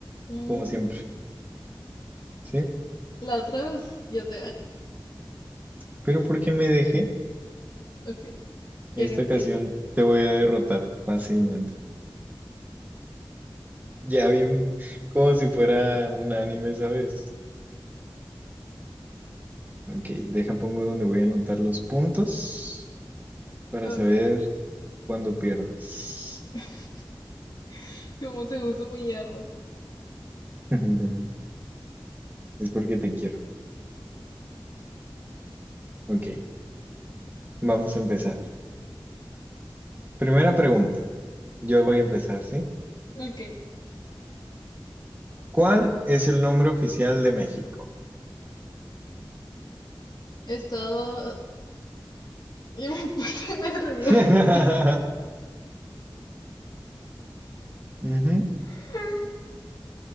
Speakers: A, on the left (about 55°); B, on the right (about 20°).
A: Mm,
B: como siempre, ¿sí?
A: la otra vez yo te gané.
B: Pero ¿por qué me dejé?
A: Ok,
B: Esta
A: ¿quién empieza?
B: ocasión te voy a derrotar fácilmente. Ya vi un- como si fuera un anime, ¿sabes? Ok, deja pongo donde voy a anotar los puntos para
A: Ok,
B: saber cuándo pierdas.
A: <laughs> ¿cómo te gusta humillarme?
B: <laughs> Es porque te quiero. Ok, vamos a empezar. Primera pregunta. Yo voy a empezar, ¿sí?
A: Ok, he
B: ¿Cuál es el nombre oficial de México?
A: estado... <laughs> Yo me puse nerviosa.
B: <laughs> Ujú.
A: <laughs>